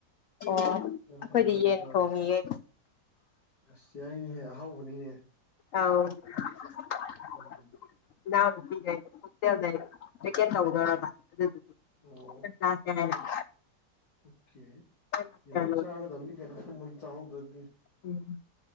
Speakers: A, on the left; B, on the left.
A: ꯑꯣ
B: ꯃꯈꯥꯏ
A: ꯑꯩꯈꯣꯏꯗꯤ
B: ꯑꯗꯨꯋꯥꯏꯗ
A: ꯌꯦꯟ
B: ꯆꯥꯔꯅꯤ
A: ꯊꯣꯡꯉꯤꯌꯦ
B: ꯑꯁ ꯌꯥꯏꯅꯦꯍꯦ ꯑꯍꯥꯎꯕꯅꯤꯅꯦ
A: ꯑꯥꯎ <unintelligible>
B: ꯎꯝ
A: ꯍꯣꯇꯦꯜꯗ ꯄꯀꯦꯠ ꯇꯧꯗꯧꯔꯕ ꯑꯗꯨꯗꯨꯗꯤ
B: ꯑꯣ
A: ꯆꯥꯁꯦ ꯍꯥꯏꯅ <inaudible>
B: ꯑꯣꯀꯦ
A: ꯃꯥꯏ ꯃꯥꯁꯇꯔ
B: ꯌꯥꯏ ꯆꯥꯒꯗꯕꯅꯤ ꯀꯩꯅ ꯁꯨꯃꯟ ꯆꯥꯍꯧꯗ꯭ꯔꯗꯤ
A: ꯎꯝ